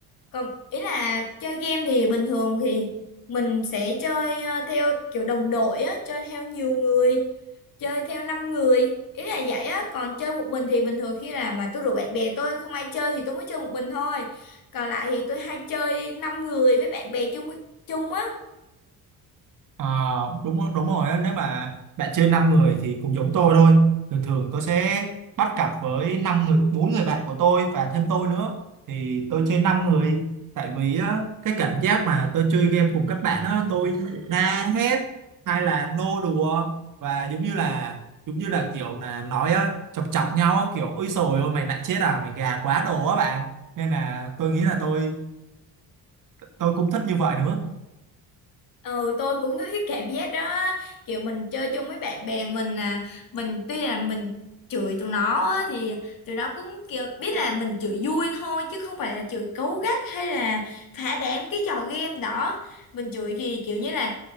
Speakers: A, on the left (about 60°); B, on the right (about 55°).
A: còn ý là chơi game thì bình thường thì mình sẽ chơi à, theo kiểu đồng đội á, chơi theo nhiều người, chơi theo 5 người. Ý là vậy á, còn chơi một mình thì bình thường khi nào mà tôi rủ bạn bè tôi không ai chơi thì tôi mới chơi một mình thôi. Còn lại thì tôi hay chơi 5 người với bạn bè chung chung á.
B: à, đúng đúng rồi á nếu mà bạn chơi 5 người thì cũng giống tôi thôi thường thường tôi sẽ bắt cặp với năm người bốn người bạn của tôi và thêm tôi nữa thì tôi chơi 5 người tại vì á, cái cảm giác mà tôi chơi game cùng các bạn á tôi la hét hay là nô đùa và giống như là giống như là kiểu là nói á, chọc chọc nhau á, kiểu ôi sồi ôi mày lại chết à mày gà quá đồ á bạn nên là tôi nghĩ là tôi tôi cũng thích như vậy nữa
A: Ừ, tôi cũng có cái cảm giác đó á. kiểu mình chơi chung với bạn bè mình à mình tuy là mình chửi tụi nó á, thì tụi nó cũng kiểu biết là mình chửi vui thôi chứ không phải là chửi cấu gắt hay là thả đám cái trò game đó mình chửi thì kiểu như là